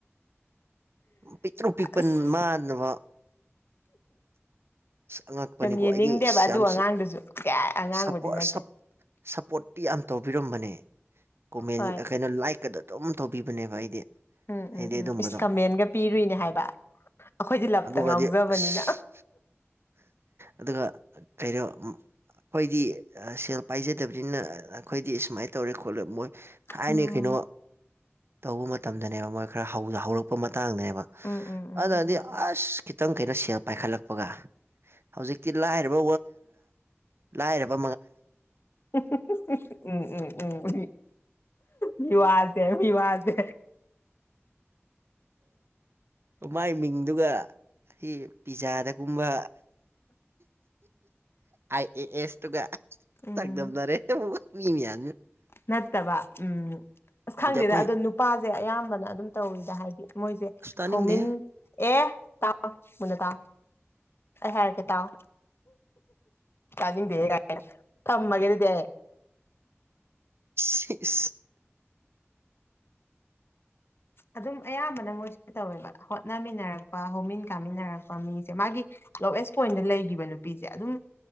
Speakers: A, on the right; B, on the left.
A: ꯄꯤꯛꯇ꯭ꯔꯨ ꯄꯤꯛꯄꯟ
B: ꯑꯁ
A: ꯃꯥꯟꯅꯕ ꯑꯉꯛꯄꯅꯤꯀꯣ
B: ꯌꯥꯝ ꯌꯦꯡꯅꯤꯡꯗꯦꯕ
A: ꯑꯩꯗꯤ ꯌꯥꯝ
B: ꯑꯗꯨ ꯑꯉꯥꯡꯗꯨꯁꯨ ꯀ ꯑꯉꯥꯡꯕꯨꯗꯤ
A: ꯁꯄꯣꯔꯠ
B: ꯅꯠꯇꯦ
A: ꯁꯞ ꯁꯞꯄꯣꯔꯠꯇꯤ ꯌꯥꯝ ꯇꯧꯕꯤꯔꯝꯕꯅꯦ ꯀꯣꯃꯦꯟ
B: ꯍꯣꯏ
A: ꯀꯩꯅꯣ ꯂꯥꯏꯛ ꯀꯗꯗꯣꯝ ꯇꯧꯕꯤꯕꯅꯦꯕ ꯑꯩꯗꯤ
B: ꯎꯝ
A: ꯑꯩꯗꯤ
B: ꯎꯝ ꯎꯝ
A: ꯑꯗꯨꯝꯕꯗꯣ
B: ꯏꯁ ꯀꯃꯦꯟꯒ ꯄꯤꯔꯨꯏꯅꯦ ꯍꯥꯏꯕ ꯑꯩꯈꯣꯏꯗꯤ ꯂꯞꯇ
A: ꯑꯗꯨꯒꯗꯤ
B: ꯉꯥꯎꯖꯕꯅꯤꯅ
A: ꯑꯁ ꯑꯗꯨꯒ ꯀꯩꯅꯣ ꯑꯩꯈꯣꯏꯗꯤ ꯁꯦꯜ ꯄꯥꯏꯖꯗꯕꯅꯤꯅ ꯑꯩꯈꯣꯏꯗꯤ ꯁꯨꯃꯥꯏ ꯇꯧꯔꯦ ꯈꯣꯠꯂꯦ ꯃꯣꯏ ꯊꯥꯏꯅ
B: ꯎꯝ
A: ꯀꯩꯅꯣ ꯇꯧꯕ ꯃꯇꯝꯗꯅꯦꯕ ꯃꯣꯏ ꯈꯔ ꯍꯧꯔꯛ ꯄ ꯃꯇꯥꯡꯅꯦꯕ
B: ꯎꯝ ꯎꯝ ꯎꯝ
A: ꯑꯗꯨꯅꯗꯤ ꯑꯁ ꯈꯤꯇꯪ ꯀꯩꯅꯣ ꯁꯦꯜ ꯄꯥꯏꯈꯠꯂꯛꯄ ꯍꯥꯄꯒ ꯍꯧꯖꯤꯛꯇꯤ ꯂꯥꯏꯔꯕ ꯂꯥꯏꯔꯕ
B: ꯎꯝ ꯎꯝ ꯎꯝ ꯎ ꯃꯤꯋꯥꯖꯦ ꯃꯤꯋꯥꯖꯦ
A: ꯃꯒꯤ ꯃꯤꯡꯗꯨꯒ ꯁꯤ ꯄꯤꯖꯥꯗꯒꯨꯝꯕ ꯑ ꯑꯦ ꯑꯦꯁ ꯇꯨꯒ
B: ꯎꯝ
A: ꯇꯥꯛꯗꯝꯕꯅꯔꯦ ꯃꯤꯃꯤ ꯌꯥ
B: ꯅꯠꯇꯕ ꯎꯝ ꯑꯁ ꯈꯪꯗꯦꯗ
A: ꯑꯩꯈꯣꯏ
B: ꯑꯗꯣ ꯅꯨꯄꯥꯁꯦ ꯑꯌꯥꯝꯕꯅ ꯑꯗꯨꯝ ꯇꯧꯔꯤꯗ ꯍꯥꯏꯗꯤ ꯃꯣꯏꯁꯦ
A: ꯑꯁ ꯇꯥꯅꯤꯡꯗꯦ
B: ꯍꯧꯃꯤꯟ ꯑꯦ ꯇꯥ ꯃꯨꯟꯅ ꯇꯥ ꯍꯥꯏꯦꯔ ꯀꯦ ꯇꯥꯎ ꯀꯥꯖꯤꯡ ꯦꯒ ꯊꯃꯒꯦꯗꯤꯗꯤ
A: ꯁꯤꯏ
B: ꯑꯗꯨꯝ ꯑꯌꯥꯝꯕꯅ ꯃꯣꯏꯁꯨ ꯇꯧꯋꯦꯕ ꯍꯣꯠꯅꯃꯤꯟꯅꯔꯛꯄ ꯍꯧꯃꯤꯟ ꯀꯥꯃꯤꯟꯅꯔꯛꯄ ꯃꯤꯁꯦ ꯃꯥꯒꯤ ꯂꯣꯋꯦꯁ ꯄꯣꯏꯟꯗ ꯂꯩꯈꯤꯕ ꯅꯨꯄꯤꯁꯦ ꯑꯗꯨꯝ